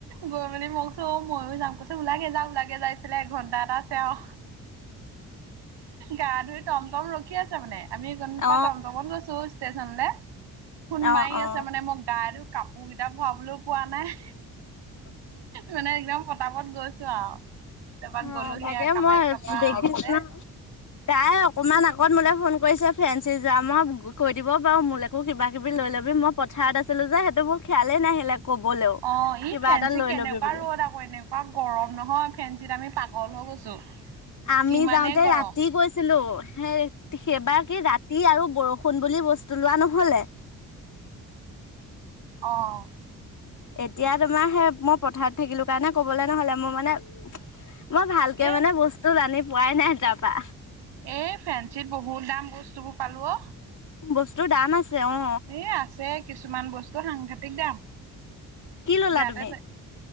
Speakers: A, on the right; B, on the left.
A: গৈ মানে মোক চ ময়ো যাম কৈছে ওলাগে যা, ওলাগে যা। বোলে এঘন্টা এটা আছে আৰু গা ধুই টম, টম ৰখি আছে মানে। আমি গপ
B: অ
A: টাউনত গৈছো ষ্টেচনলে ফোন
B: অ
A: মাৰি
B: অ
A: আছে মানে মোক তাইটো কাপোৰ কেইটা ভৰাবলৈ পোৱা নাই। মানে একদম ফটাফত গৈছ তাৰপা
B: হয়
A: গ'লো
B: তাকে
A: সেয়া কামাখ্যা
B: মই
A: পৰা
B: দেখিছো
A: আহোতে
B: ন তাই অকমান আগত মোলে ফোন কৰিছে ফ্ৰেন্সি যাম আৰু মই কৈ দিব পাৰো মোলে আকৌ কিবা কিবি লৈ ল'বি। মই পথাৰত আছিলো যে সেইটো মোৰ খিয়ালেই নাহিলে। কবলৈও
A: অ, ই
B: কিবা
A: ফেঞ্চি
B: এটা লৈ
A: কেনেকুৱা
B: লবি বুলি
A: ৰ'দ আকৌ এনেকুৱা গৰম নহয়। ফেঞ্চিত আমি পাগল হৈ গৈছো।
B: আমি
A: ইমানেই
B: যাওঁতে
A: গৰম
B: ৰাতি গৈছিলো। হেই সেইবাৰ কি ৰাতি আৰু বৰষুণ বুলি বস্তু লোৱা নহ'লে।
A: অ'।
B: এতিয়া তোমাৰ সেই মই পথাৰত থাকিলো কাৰণে কবলৈ নহ'লে। মোৰ মানে মই ভালকে
A: এ
B: মানে বস্তু আনি পোৱাই নাই তাৰপা।
A: এ ফেঞ্চিত বহুত দাম বস্তু বোৰ পালো অ।
B: বস্তু দাম আছে অ,
A: এই আছে কিছুমান বস্তু সাংঘাতিক দাম।
B: কি ললা
A: ইয়াতে
B: তুমি
A: চে